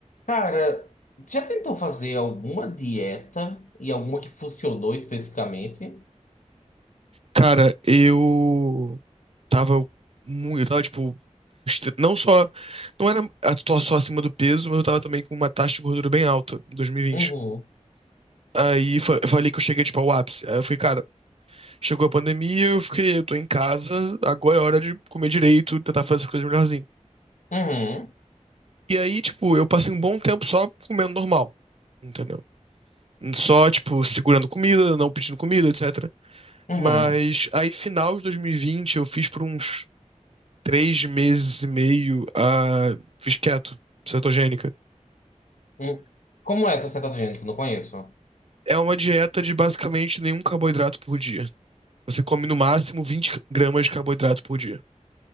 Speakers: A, on the left; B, on the right.
A: Cara, já tentou fazer alguma dieta e alguma que funcionou especificamente?
B: Cara, eu tava muito, eu tava tipo, estre- não só, não era a- tô só acima do peso, mas eu tava também com uma taxa de gordura bem alta em 2020.
A: Uhum,
B: Aí fa- eu falei que eu cheguei tipo ao ápice. Aí eu fiquei, cara, chegou a pandemia, eu fiquei, eu tô em casa, agora é hora de comer direito, tentar fazer as coisas melhorzinho.
A: uhum,
B: E aí, tipo, eu passei um bom tempo só comendo normal, entendeu? Só, tipo, segurando comida, não pedindo comida, etc.
A: uhum.
B: Mas aí, final de 2020, eu fiz por uns três meses e meio a. Fiz keto, cetogênica.
A: uhum. Como é essa cetogênica? que eu Não conheço.
B: É uma dieta de basicamente nenhum carboidrato por dia. Você come no máximo 20 gramas de carboidrato por dia.